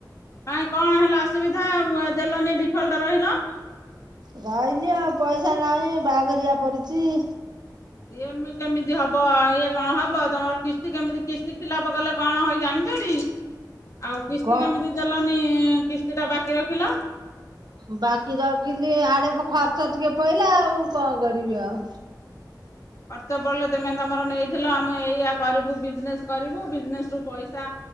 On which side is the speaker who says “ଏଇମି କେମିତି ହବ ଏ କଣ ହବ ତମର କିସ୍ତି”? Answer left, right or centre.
Left